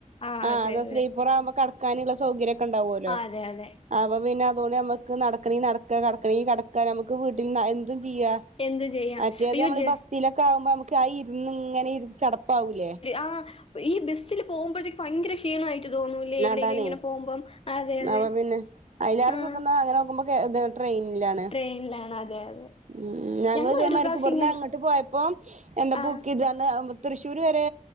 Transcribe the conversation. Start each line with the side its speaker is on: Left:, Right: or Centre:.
Left: ആഹ്
Right: ആ
Left: അതെ
Right: അ
Left: അതെ
Right: ഇപ്പറ ആകുമ്പോ കടക്കാനുള്ള സൗകര്യംൊക്കെ ഉണ്ടാവുമല്ലോ
Left: ആഹ് അതെ അതെ
Right: അപ്പൊ പിന്നെ അ നമുക്ക് നടക്കണ നടക്ക കടക്കണി കടക്കുക നമുക്ക് വീട്ടിൽ ചെയ
Left: എന്ത് ചെയ്യാം
Right: മറ്റേത്
Left: അയ്യോ
Right: നമ്മൾ
Left: ജ
Right: ബസിലൊക്കെ ആവുമ്പോ നു ആയി ഇരുന്ന് ഇങ്ങനെ ഇ ചടപ്പാവൂലേ
Left: ആഹ് ഈ ബസ്സിൽ പോകുമ്പോഴത്തേക്ക് ഭയങ്കര ക്ഷീണമായിട്ട് തോന്നൂല്ലേ എവിടെയെങ്കിലും
Right: അതാാണ്േ
Left: ഇങ്ങനെ പോകുമ്പം അതെ അതെ
Right: അപ്പൊ പിന്നെ അലാറ്
Left: ആഹ്
Right: സുഖം അങ്ങനെ നോക്കുമ്പോ കേ ഇത് ട്രെയിനിലാണ്
Left: ട്രെയിനിലാണ് അതെ അതെ
Right: ഉ ഞങ്ങൾ
Left: ഞങ്ങളൊരു
Right: ഇതേ മക്ക്പ്പെടുന്ന
Left: പ്രാവശ്യം ഇങ്ങനെ
Right: അങ്ങോട്ട് പോയപ്പോ എന്താ ബുക്ക്
Left: ആഹ്
Right: ചെയതാണ് തൃശൂർ വരെ